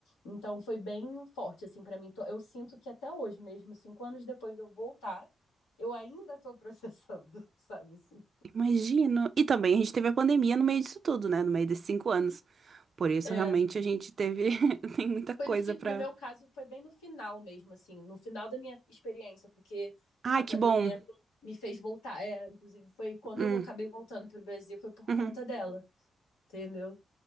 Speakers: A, on the left (about 80°); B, on the right (about 55°).
A: Então, foi bem forte, assim, para mim. Tô- Eu sinto que até hoje mesmo, cinco anos depois de eu voltar, eu ainda tô processando, <laughs> sabe assim?
B: Imagino. E também a gente teve a pandemia no meio disso tudo, né? No meio desses cinco anos. Por isso,
A: É,
B: realmente, a gente teve. <laughs> Tem muita coisa
A: Foi no, fi-
B: pra.
A: no meu caso, foi bem no final mesmo, assim, no final da minha experiência, porque
B: Ai,
A: a pandemia
B: que bom.
A: me fez voltar. É, inclusive, foi quando
B: Hum,
A: eu acabei voltando para o Brasil, foi por
B: uhum.
A: conta dela, entendeu?